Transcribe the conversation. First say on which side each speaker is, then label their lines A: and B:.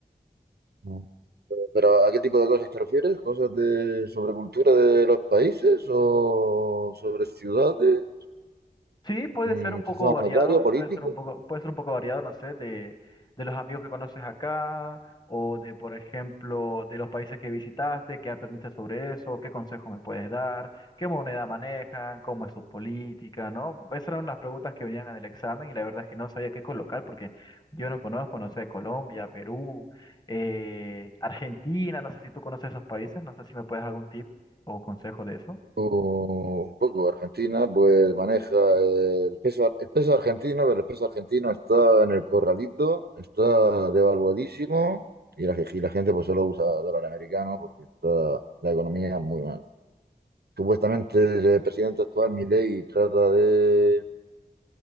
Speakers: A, on the right (about 75°); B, on the left (about 25°).
A: ¿no? ¿Pero a qué tipo de cosas te refieres? ¿Cosas de sobre cultura de los países o sobre ciudades,
B: Sí, puede
A: Mm,
B: ser un poco
A: sistema
B: variado,
A: monetario, político?
B: puede ser un poco, puede ser un poco variado, no sé, de, de los amigos que conoces acá, o de, por ejemplo, de los países que visitaste, qué aprendiste sobre eso, qué consejo me puedes dar, qué moneda manejan, cómo es su política, ¿no? Esas eran las preguntas que venían en el examen y la verdad es que no sabía qué colocar porque yo no conozco, no sé, Colombia, Perú, eh, Argentina, no sé si tú conoces esos países, no sé si me puedes dar algún tip o consejo de eso.
A: O un poco Argentina, pues maneja el peso, el peso argentino, pero el peso argentino está en el corralito, está devaluadísimo y la, y la gente pues solo usa dólar americano porque está la economía muy mal. Supuestamente el presidente actual, Milei, trata de